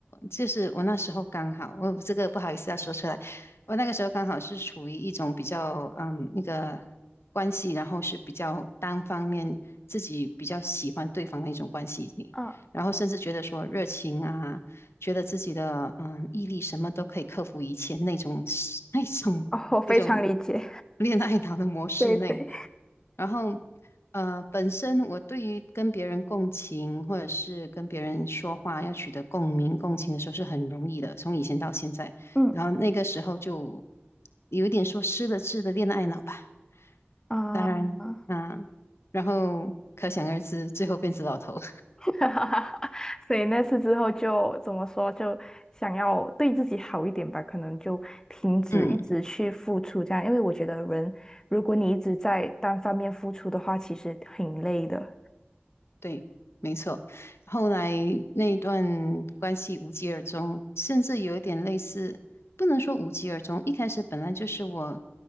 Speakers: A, on the left (about 80°); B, on the left (about 15°).
A: 就是我那时候刚好，我这个不好意思要说出来，我那个时候刚好是处于一种比较嗯那个关系，然后是比较单方面自己比较喜欢对方的一种关系里，
B: 嗯，
A: 然后甚至觉得说热情啊，觉得自己的嗯毅力什么都可以克服一切那种 <laughs> 那种那种
B: 哦，我非常理解，
A: <laughs> 恋爱脑的模式内。
B: <laughs> 对对，
A: 然后，呃，本身我对于跟别人共情，或者是跟别人说话要取得共鸣、共情的时候是很容易的，从以前到现在。
B: 嗯
A: 然后那个时候就有一点说失了智的恋爱脑吧。
B: 啊。
A: 当然，嗯、然后可想而知，最后变成老头。
B: <laughs> 哈哈哈，<laughs> 所以那次之后就怎么说，就想要对自己好一点吧，可能就停止一直去付出这样，
A: <laughs> 嗯。
B: 因为我觉得人，如果你一直在单方面付出的话，其实挺累的
A: 对，没错。后来那一段关系无疾而终，甚至有一点类似，不能说无疾而终。一开始本来就是我